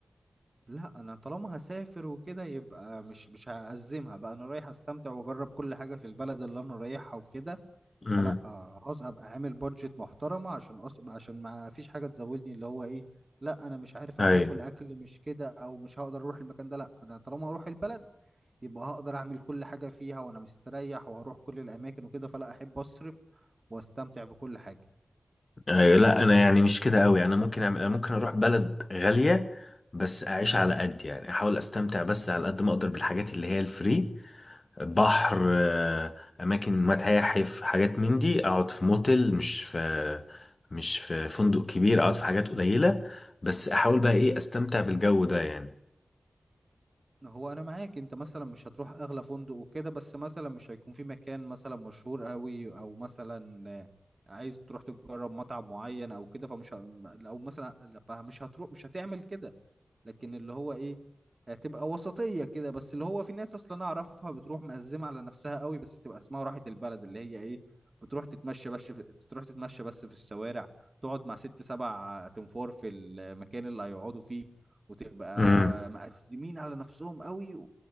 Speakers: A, on the right; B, on the left.
A: لا انا طالما هسافر وكده يبقى مش مش هأزمها بقى انا رايح استمتع واجرب كل حاجه في البلد اللي انا رايحها وكده
B: امم
A: فلا آه، خلاص ابقى عامل بادجت محترمه عشان أص... عشان ما فيش حاجه تزودني اللي هو ايه لا انا مش عارف
B: ايوه
A: انا هاكل اكل مش كده او مش هقدر اروح المكان ده لا انا طالما هروح البلد يبقى هقدر اعمل كل حاجه فيها وانا مستريح وهروح كل الاماكن وكده فلا احب اصرف واستمتع بكل حاجه
B: ايوه لا انا يعني مش كده قوي انا ممكن اعمل انا ممكن اروح بلد غالية بس اعيش على قد يعني احاول استمتع بس على قد ما اقدر بالحاجات اللي هي الفري بحر آه، اماكن متاحف حاجات من دي اقعد في موتيل مش في مش في فندق كبير اقعد في حاجات قليله بس احاول بقى ايه استمتع بالجو ده يعني
A: هو انا معاك انت مثلا مش هتروح اغلى فندق وكده بس مثلا مش هيكون في مكان مثلا مشهور قوي او مثلا آه، عايز تروح تجرب مطعم معين او كده فمش ه... او مثلا لا، فمش هتروح مش هتعمل كده لكن اللي هو ايه هتبقى وسطية كده بس اللي هو في ناس اصلا انا اعرفها بتروح مقزمة على نفسها قوي بس تبقى اسمها راحة البلد اللي هي ايه بتروح تتمشى بس في... تروح تتمشى بس في الشوارع تقعد مع ست سبع تنفور في المكان اللي هيقعدوا فيه وتبقى
B: امم
A: مقزمين على نفسهم قوي و...